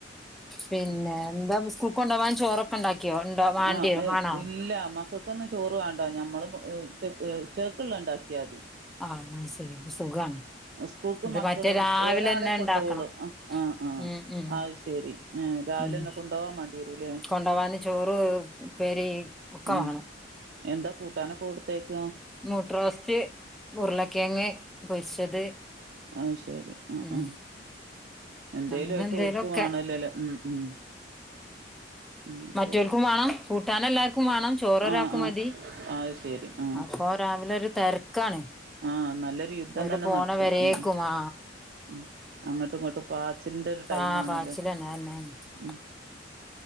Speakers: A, in the centre; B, on the right.
A: പിന്നെ എന്താ സ്ക്കൂൾക്ക് കൊണ്ടാവാൻ ചോറൊക്കെ ഉണ്ടാക്കിയോ വാണ്ടിയോ
B: ആ
A: വാണോ
B: ഇല്ല മ കൾക്കൊന്നും ചോറ് വാണ്ട ഞമ്മള് ഉച്ച ഉച്ചകെക്ക്‌ള്ള ഉണ്ടാക്കിയാതി
A: ആഹ് അയ്‌ ശരി സുഖാണ്
B: സ്കൂൾക്ക്
A: ഇത്
B: മക്കള്
A: മറ്റേ രാവിലെന്നെ
B: ഒരാളെ കൊണ്ടോവൊളളു
A: ഇണ്ടാക്കണം
B: ആഹ് ആഹ്
A: ഉം ഉം
B: അയ്‌ ശരി എ രാവിലെന്നെ
A: ഉം
B: കൊണ്ടോവാൻ മാണ്ടി വരൂ ലെ
A: കൊണ്ടോവാന് ചോറ് ഉപ്പേരി ഒക്കെ
B: ഉം
A: വാണം
B: എന്താ കൂട്ടാനെക്കെ കൊടുത്തയ്‌ക്കാ
A: മുട്ടറോസ്റ്റ് ഉരുളക്കെയങ്ങ് പൊരിച്ചത്
B: അഹ് ശരി ആഹ്
A: ഉം
B: ആഹ് എന്തേലു
A: അങ്ങനെ
B: ആയിട്ട്
A: എന്തേലൊക്കെ
B: ഓൽക്കും വാണല്ലേല്ലെ ഉം ഉം ഉം
A: മറ്റൊൽക്കുംവാണം
B: ശരി
A: കൂട്ടാൻ എല്ലാർക്കും വാണം ചോറ് ഒരാക്ക്
B: ആഹ് ആഹ്
A: മതി
B: അത് ശരി ആഹ്
A: അപ്പൊ രാവിലെ ഒരു തെര്ക്കാണ്
B: ആഹ് നല്ലൊരു യുദ്ധം
A: ഓല്
B: തന്നെ
A: പോണ
B: നടക്കും
A: വരേക്കു
B: ഉം
A: മാ
B: ഉം അങ്ങട്ടും ഇങ്ങട്ടും പാച്ചിൽന്റെ ഒരു ടൈം
A: ആ
B: ആണല്ലോ
A: <unintelligible>
B: ഉം